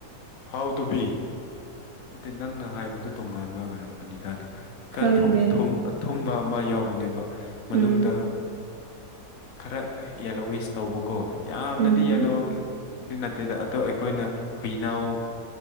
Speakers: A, on the left (about 65°); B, on the right (about 75°).
A: ꯍꯥꯎ ꯇꯥꯕꯤ꯫ ꯅꯠꯇꯦ ꯅꯪꯅ ꯍꯥꯏꯕꯗꫭ ꯇꯣꯉꯥꯟꯕ ꯑꯣꯏꯔꯝꯒꯅꯤꯗ ꯈꯥ
B: ꯈꯪꯗꯦ
A: ꯊꯨ ꯊꯨꯝ ꯑꯊꯨꯝꯕ ꯑꯃ ꯌꯥꯎꯕꯅꯦꯕ ꯃꯅꯨꯡꯗ
B: ꯎꯝ
A: ꯈꯔ ꯌꯦꯜꯂꯣꯋꯤꯁ ꯇꯧꯕꯀꯣ ꯌꯥꯝꯅꯗꯤ
B: ꯎꯝ
A: ꯌꯦꯜꯂꯣ ꯑꯗꯨꯏ ꯅꯠꯇꯦꯗ ꯑꯗꯣ ꯑꯩꯈꯣꯏꯅ ꯍꯨꯏꯅꯥꯎ